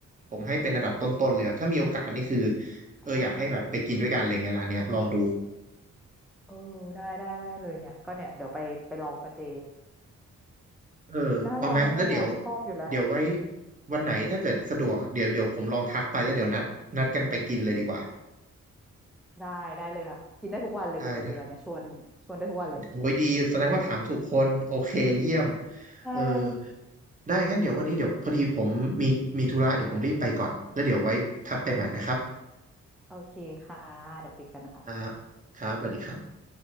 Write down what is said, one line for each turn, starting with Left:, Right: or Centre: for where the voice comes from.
Right: ผมให้เป็นระดับต้นๆเลยครับถ้ามีโอกาสนี่คือเอออยากให้แบบไปกินด้วยกันอะไรเงี้ยร้านเนี้ยลองดู
Centre: อ้าวเออได้ได้ได้เลยเนี่ยก็เนี่ยเดี๋ยวไปไปลองกัเจ
Right: เออเอาไหมแล้วเดี๋ยว
Centre: น่าลองน่าลองชอบอยู่แล้ว
Right: เดี๋ยวไว้วันไหนถ้าเกิดสะดวกเดี๋ยวเดี๋ยวผมลองทักไปแล้วเดี๋ยวนัดนัดกันไปกินเลยดีกว่า
Centre: ได้ได้เลยค่ะกินได้ทุกวันเลยก๋วยเตี๋ยวเรือเนี่ยชวนชวนได้ทุกวันเลย
Right: ได้ได้โอ้ยดีแสดงว่าถามถูกคนโอเคเยี่ยม
Centre: ใช่
Right: เออได้งั้นเดี๋ยววันนี้เดี๋ยวพอดีผมมีมีธุระเดี๋ยวผมรีบไปก่อนแล้วเดี๋ยวไว้ทักไปใหม่นะครับ
Centre: โอเคค่ะเดี๋ยวคุยกันนะคะ
Right: อ่าครับสวัสดีครับ